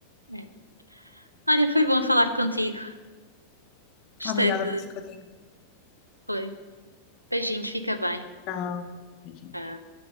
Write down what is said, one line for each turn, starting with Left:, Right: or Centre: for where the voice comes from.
Right: é. Olha, foi bom falar contigo. Gostei
Left: Obrigada
Right: de.
Left: por um bocadinho.
Right: Foi. Beijinhos, fica bem.
Left: Tchau. Beijinhos.
Right: Tchau.